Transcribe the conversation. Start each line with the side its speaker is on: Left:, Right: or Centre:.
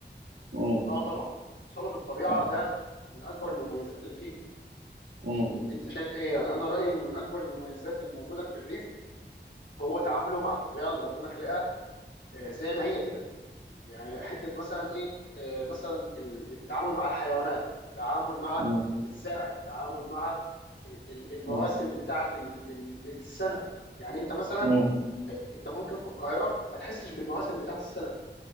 Right: مم.
Left: اه طبعا اتصاله بالطبيعه
Right: مم.
Left: ده من اكبر المميزات اللي فيه
Right: مم.
Left: إن- انت شايف ايه يعني انا رايي ان من اكبر المميزات اللي موجوده في الريف هو تعامله مع الطبيعه اللي ربنا خلقها آه، زي ما هي كده يعني حته مثلا ايه آه، مثلا ال- التعامل مع الحيوانات التعامل مع
Right: مم.
Left: الزرع التعامل مع ال- المواسم
Right: مم.
Left: بتاعت ال- ال- السنه يعني انت مثلا
Right: مم.
Left: انت ممكن في القاهره ما تحسش بالمواسم بتاعت السنه